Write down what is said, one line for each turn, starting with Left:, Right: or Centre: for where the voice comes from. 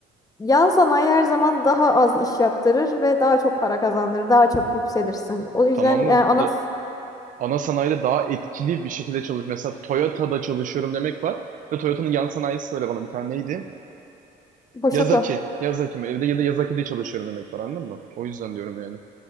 Left: Yan sanayi her zaman daha az iş yaptırır ve daha çok para kazandırır. Daha çabuk yükselirsin. O yüzden
Right: Tamam
Left: yani
Right: da,
Left: ana
Right: da
Left: s-
Right: ana sanayide daha etkili bir şekilde çalış. Mesela Toyota'da çalışıyorum demek var. Ve Toyota'nın yan sanayisi söyle bana bir tane neydi?
Left: Boşoku.
Right: Yazaki. Yazaki mi? Evde ya da Yazaki'de çalışıyorum demek var anladın mı? O yüzden diyorum yani.